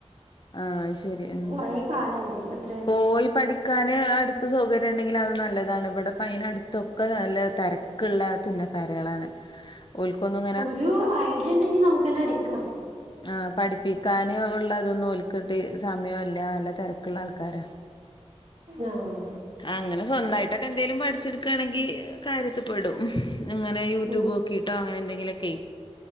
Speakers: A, on the left (about 45°); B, on the right (about 85°).
A: ആഹ് അയ്ശരി ഉം
B: കുറേ കാലമായില്ലേ ഇപ്പം എത്ര
A: പോയി പഠി ക്കന് അടുത്ത സൗകര്യം ഉണ്ടെങ്കിൽ അത് നല്ലതാണ് ഇവിടെ പ്പ അയിനടുത്തൊക്കെ നല്ല തിര ക്കുള്ള തുന്നക്കാരുകളാണ് ഓല്ക്കൊന്നും
B: ഒരു ഐഡിയ ഉണ്ടെങ്കി നമുക്ക്ന്നെ അടിക്കാം
A: ആഹ് പഠിപ്പിക്കാന് ഉള്ളതൊന്നും ഒൽക്കട്ടി സമയമില്ല നല്ല തിരക്കുള്ള ആൾക്കാര
B: ആഹ്
A: അങ്ങനെ സ്വന്തമായിട്ടൊക്കെ എന്തെങ്കലും പഠിച്ചെടുക്കുകയാണെങ്കിൽ കാര്യത്തിൽപ്പെടും അങ്ങനെ യു
B: ഉം,
A: ട്യൂബ് നോക്കിട്ടോ അങ്ങനെന്തെങ്കിലൊക്കെയേ